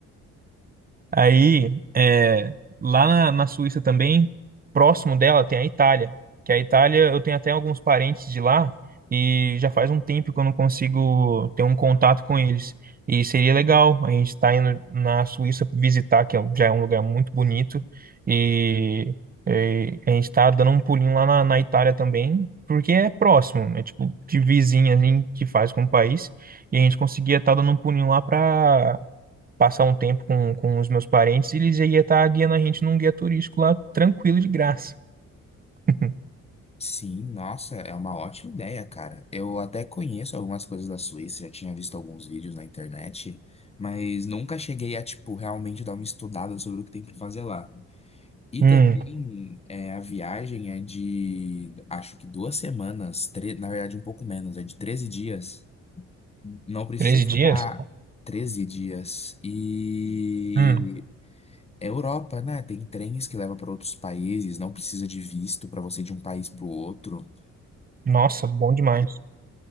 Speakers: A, on the right (about 30°); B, on the left (about 20°).
A: Aí, é, lá na, na Suíça também, próximo dela tem a Itália, que a Itália eu tenho até alguns parentes de lá e já faz um tempo que eu não consigo ter um contato com eles. E seria legal a gente estar indo na Suíça visitar, que é- um- já é um lugar muito bonito, e, e a gente está dando um pulinho lá na, na Itália também, porque é próximo, é tipo de vizinha ali que faz com o país, e a gente conseguia estar dando um pulinho lá para passar um tempo com, com os meus parentes e eles ia estar guiando a gente num guia turístico lá, tranquilo, de graça. <laughs>
B: Sim, nossa, é uma ótima ideia, cara. Eu até conheço algumas coisas da Suíça, já tinha visto alguns vídeos na internet, mas nunca cheguei a, tipo, realmente dar uma estudada sobre o que tem para fazer lá. E
A: Hum,
B: também é, a viagem é de, acho que duas semanas, tre- na verdade um pouco menos, é de 13 dias. Não precisa
A: 13
B: ficar
A: dias?
B: 13 dias. E
A: Hum,
B: é Europa, né? Tem trens que levam para outros países, não precisa de visto para você ir de um país para o outro.
A: nossa, bom demais.